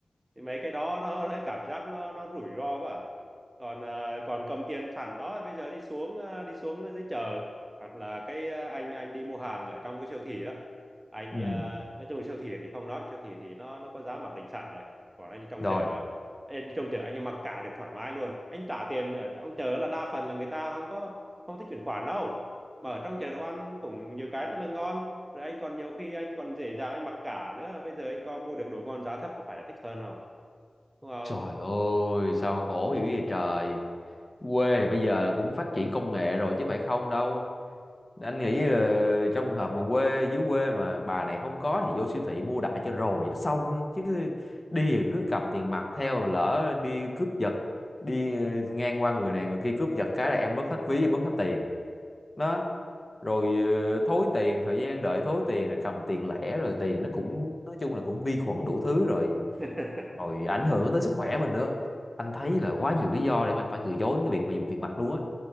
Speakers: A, on the right; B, on the left.
A: thì mấy cái đó nó, nó cảm giác nó nó rủi ro quá à. còn à, còn cầm tiền sẵn đó bây giờ đi xuống à, đi xuống dưới chợ hoặc là cái à, anh anh đi mua hàng ở trong cái siêu thị đó anh
B: ừ
A: à, nói chung siêu thị thì không nói siêu thị thì nó nó có giá mặc định sẵn rồi còn anh đi trong
B: rồi
A: chợ á anh đi trong chợ anh mặc cả được thoải mái luôn anh trả tiền ở trong chợ là đa phần là người ta không có không thích chuyển khoản đâu mà ở trong chợ đồ ăn cũng nhiều cái rất là ngon rồi anh còn nhiều khi anh còn dễ dàng anh mặc cả nữa bây giờ anh có mua được đồ ngon giá thấp có phải là thích hơn không đúng không
B: trời ơi sao mà khổ dữ vậy trời quê thì bây giờ cũng phát triển công nghệ rồi chứ phải không đâu anh nghĩ là trong trường hợp mà quê dưới quê mà bà này không có thì vô siêu thị mua đại cho rồi nó xong ấy. chứ đi thì cứ cầm tiền mặt theo lỡ đi cướp giật đi ờ, ngang qua người này người kia cướp giật cái là em mất hết ví em mất hết tiền đó rồi ờ, thối tiền thời gian đợi thối tiền rồi cầm tiền lẻ rồi tiền nó cũng nói chung là cũng vi khuẩn đủ thứ rồi
A: <laughs>
B: rồi ảnh hưởng tới sức khỏe mình nữa anh thấy là quá nhiều lý do để mà anh phải từ chối cái việc mà dùng tiền mặt luôn á